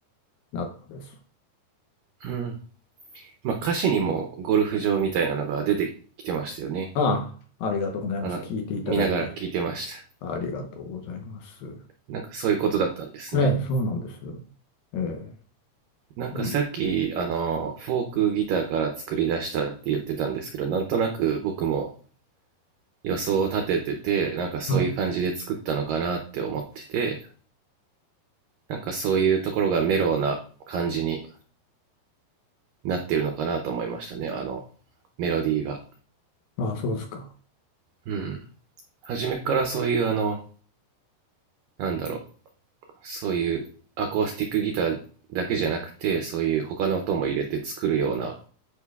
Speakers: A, on the left; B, on the right.
A: なったんです。
B: うん。まあ、歌詞にもゴルフ場みたいなのが出てきてましたよね。
A: ああ、ありがとうございます。
B: あの、
A: 聞いていただいて。
B: 見ながら聞いてました。
A: ありがとうございます。
B: なんかそういうことだったんですね。
A: ええ、そうなんです。ええ、
B: なんかさっき、
A: でも、
B: あの、フォークギターから作り出したって言ってたんですけど、なんとなく僕も予想を立ててて、なんかそういう感じで作ったのかなって思ってて、
A: はい。
B: なんかそういうところがメロウな感じになってるのかなと思いましたね、あの、メロディーが。
A: ああ、そうですか。
B: うん。初めからそういうあの、なんだろう、そういうアコースティックギターだけじゃなくてそういう他の音も入れて作るような